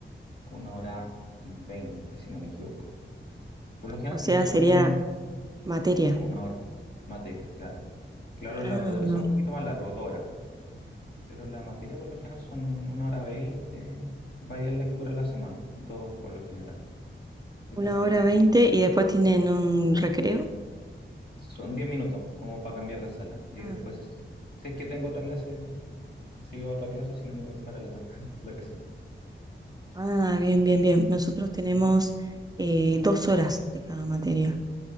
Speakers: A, on the left; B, on the right.
A: una hora veinte, si no me equivoco. Por lo general
B: O
A: siempre
B: sea,
A: son
B: sería materia.
A: una hora materias, claro. Claro, los
B: Ah,
A: laboratorios
B: no.
A: son un poquito más largos, dos horas. Pero la materia por lo general son un- una hora veinte, varias lecturas a la semana, dos por lo general, diferentes
B: Una hora
A: días.
B: veinte y después tienen un recreo.
A: Son diez minutos, como para cambiar de sala. Y ahí
B: Ah,
A: después, si es que tengo otra clase Sí, otra clase si no me voy para la, <laughs> la casita.
B: Ah, bien, bien, bien. Nosotros tenemos
A: Mm.
B: eh, dos horas de cada materia.